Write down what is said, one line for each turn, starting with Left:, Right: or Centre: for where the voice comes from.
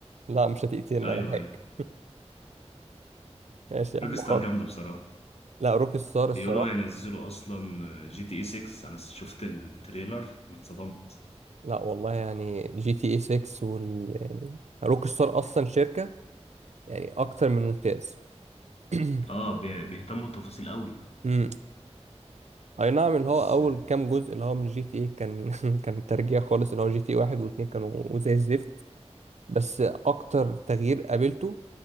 Right: لا مش هتقتلني
Left: ايوه
Right: انا حاج
Left: ايوه
Right: ماشي يا
Left: روكستار
Right: عم حاضر
Left: جامده بصراحه
Right: لا روك ستار الصراحه
Left: بيقولوا هينزلوا اصلا جي تي اي 6 انا شفت التريلر اتصدمت
Right: لا والله يعني جي تي اي 6 وال يعني روك ستار اصلا شركه يعني اكتر من ممتاز <clears throat>
Left: اه بي- بيهتموا بالتفاصيل قوي
Right: امم اي نعم اللي
Left: بس
Right: هو اول كام جزء اللي هو من جي تي اي كان <laughs> كان ترجيع خالص اللي هو جي تي اي واحد واتنين كانوا زي الزفت بس اكتر تغيير قابلته